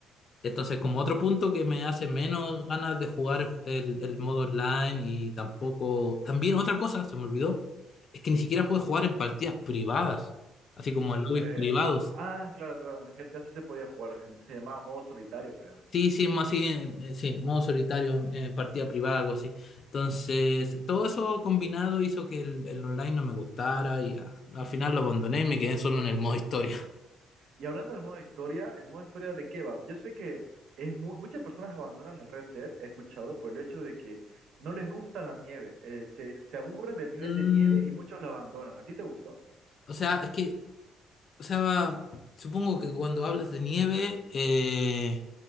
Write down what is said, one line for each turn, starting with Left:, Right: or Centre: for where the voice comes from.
Left: Entonces, como otro punto que me hace menos ganas de jugar el, el modo online y tampoco... También otra cosa, se me olvidó, es que ni siquiera puedes jugar en partidas privadas, así como
Right: O-
Left: en lobbies
Right: eh,
Left: privados.
Right: ah, claro, claro, en GTA sí se podía jugar, em, se llamaba modo solitario, creo.
Left: Sí, sí, más así, eh, eh, sí, modo solitario, eh, partida privada, algo así. Entonces, todo eso combinado hizo que el, el online no me gustara y ah, al final lo abandoné y me quedé solo en el modo historia.
Right: Y hablando del modo historia, ¿el modo historia de qué va? Yo sé que es mu- muchas personas abandonan el Red Dead, he escuchado, por el hecho de que no les gusta la nieve, eh, se, se aburren del nivel
Left: Mm,
Right: de nieve y muchos lo abandonan. ¿A ti te gustó?
Left: o sea, es que, o sea, supongo que cuando hablas de nieve, eh,